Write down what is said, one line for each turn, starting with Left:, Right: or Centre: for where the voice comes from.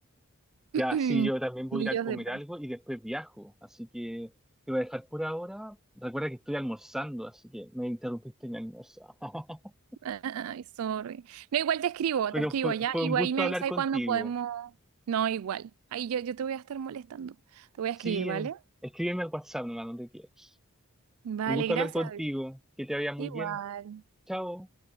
Right: <clears throat>
Centre: Ya, sí, yo también voy
Right: Millos
Centre: a ir a comer
Right: de... pre-
Centre: algo y después viajo. Así que te voy a dejar por ahora. Recuerda que estoy almorzando, así que me interrumpiste en mi almuerzo. <laughs>
Right: Ay, sorry. No, igual te escribo,
Centre: Pero
Right: te escribo
Centre: fue,
Right: ya.
Centre: fue
Right: Igual
Centre: un gusto
Right: ahí me
Centre: hablar
Right: avisas
Centre: contigo.
Right: cuando podemos... No, igual. Ahí yo, yo te voy a estar molestando. Te voy
Centre: Sí,
Right: a escribir, ¿vale?
Centre: en- escríbeme al WhatsApp nomás donde quieras.
Right: Vale,
Centre: Un gusto
Right: gracias.
Centre: hablar contigo. Que te vaya muy
Right: Igual.
Centre: bien. Chao.